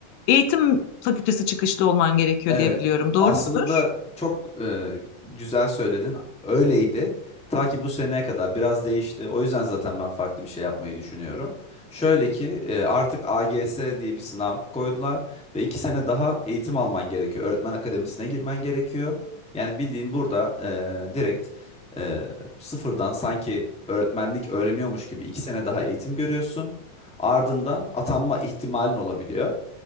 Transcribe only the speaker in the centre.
Evet.
Aslında
çok e, güzel söyledin. Öyleydi. Ta ki bu seneye kadar biraz değişti. O yüzden zaten ben farklı bir şey yapmayı düşünüyorum. Şöyle ki e, artık AGS diye bir sınav koydular ve iki sene daha eğitim alman gerekiyor. Öğretmen akademisine girmen gerekiyor. Yani bildiğin burada e, direkt e, sıfırdan sanki öğretmenlik öğreniyormuş gibi iki sene daha eğitim görüyorsun. Ardından atanma ihtimalin olabiliyor.